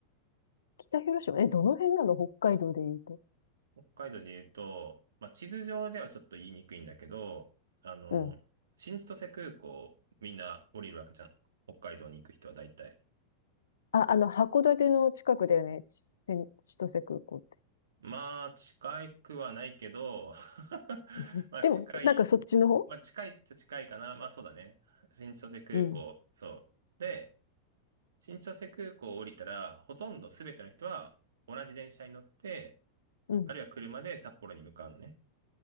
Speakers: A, on the left; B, on the right.
A: 北広島、え、どの辺なの北海道で言うと。
B: 北海道で言うと、まあ、地図上ではちょっと言いにくいんだけど、あの、
A: うん。
B: 新千歳空港みんな降りるわけじゃん。北海道に行く人は大体。
A: あ、あの、函館の近くだよね。千千歳空港って。
B: まあ、近くはないけど、<laughs>
A: <laughs>
B: まあ、
A: でも、
B: 近い。
A: なんかそっちの方
B: まあ、近いっちゃ近いかな。まあ、そうだね。新千歳空港、
A: うん。
B: そう。で、新千歳空港を降りたら、ほとんど全ての人は同じ電車に乗って、
A: うん。
B: あるいは車で札幌に向かうのね。